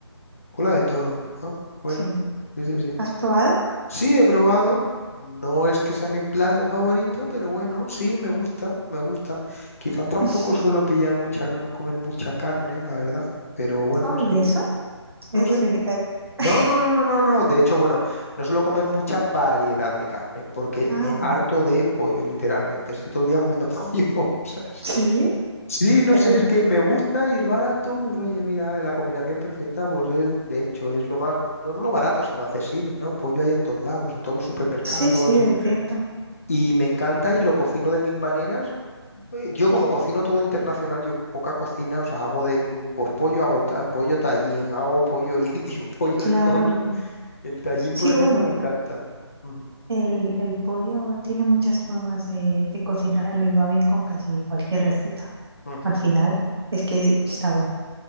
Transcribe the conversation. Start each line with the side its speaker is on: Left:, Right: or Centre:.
Left: Cola de toro, ah, Bueno,
Right: sí.
Left: sí, sí, sí.
Right: ¿Has probado?
Left: Sí, he probado. No es que sea mi plato favorito, pero bueno, sí, me gusta, me gusta. Quizás tampoco
Right: <laughs>
Left: suelo pillar mucha, comer mucha carne, la verdad. Pero bueno,
Right: Oh, ¿y
Left: sí.
Right: eso? Es
Left: No sé.
Right: vegetariano.
Left: No,
Right: <laughs>
Left: no, no, no, no, no. De hecho, bueno, no suelo comer mucha variedad de carne porque
Right: Ah,
Left: me harto
Right: vale, vale.
Left: de pollo, literalmente. Estoy todo el día comiendo pollo, <laughs> ¿sabes?
Right: Sí,
Left: Sí, no
Right: pero
Left: sé, es que me gusta y es barato. Pues oye, mira, la combinación perfecta, pues es, de hecho, es lo más, no solo barato, sino accesible, ¿no? Pollo hay en todos lados, en todos los supermercados
Right: sí, sí, es
Left: y,
Right: cierto.
Left: y me encanta y lo cocino de mil maneras. Eh, Yo como cocino todo internacional, yo poca cocina, o sea, hago de mm, pues, pollo, hago ta- pollo tallín, hago pollo indio, <laughs> pollo
Right: Claro.
Left: de todos los el Tallín,
Right: Sí,
Left: por ejemplo,
Right: bueno,
Left: me encanta. Ujú,
Right: el, el pollo tiene muchas formas de, de cocinarlo y va bien con casi cualquier receta.
Left: ujú.
Right: Al final, es que está bueno.